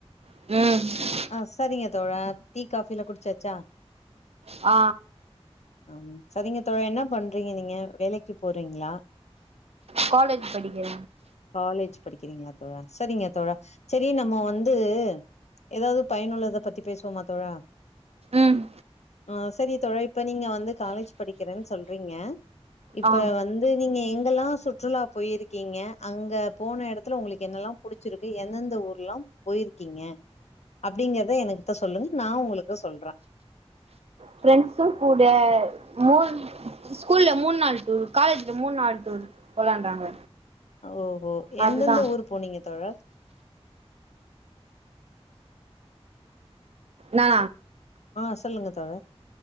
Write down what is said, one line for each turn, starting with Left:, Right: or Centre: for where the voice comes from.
Right: ம்
Left: ஆ சரிங்க தோழா டீ காஃபி எல்லா குடிச்சாச்சா
Right: ஆ
Left: ஆம் சரிங்க தோழா என்ன பண்றீங்க நீங்க வேலைக்கு போறீங்ளா
Right: காலேஜ் படிக்கிற
Left: காலேஜ் படிக்கிறீங்ளா தோழா சரிங்க தோழா செரி நம்ம வந்து ஏதாவது பயனுள்ளத பத்தி பேசுவோமா தோழா
Right: ம்
Left: ஆ செரிங்க தோழா இப்ப நீங்க வந்து காலேஜ் படிக்கிறன் சொல்றீங்க இப்ப
Right: ஆ
Left: வந் து நீங்க எங்கெல்லா சுற்றுலா போயிருக்கீங்க அங்க போன எடத்துல உங்களுக்கு என்னெல்லா புடி ச்சிருக்கு எந்தெந்த ஊர்ல்லா போயிருக்கீங்க அப்டிங்கறத எனக்குத்த சொல்லுங் நா உங்களுக்கு சொல்ற
Right: ஃபிரெண்ட்ஸு கூட மூன் ஸ்கூல்ல மூணு நாள் டூரு காலேஜ்ல மூண் நாள் டூரு போலான்றாங்க
Left: ஓஹோ
Right: அதுதா
Left: எந்தெந்த ஊரு போனீங்க தோழர்
Right: நா
Left: ஆ சொல்லுங்க தோழர்